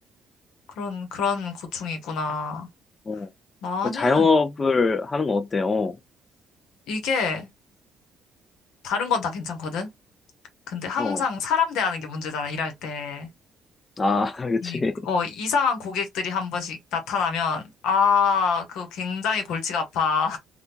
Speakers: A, on the left (about 80°); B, on the left (about 35°).
A: 그런, 그런 고충이 있구나.
B: 어.
A: 나는
B: 어, 자영업을 하는 거 어때? 어,
A: 이게 다른 건 다 괜찮거든? 근데 항상
B: 어.
A: 사람 대하는 게 문제잖아, 일할 때.
B: 아, <laughs>
A: 이,
B: 그치.
A: 어, 이상한 고객들이 한 번씩 나타나면, 아, 그거 굉장히 골치가 아파.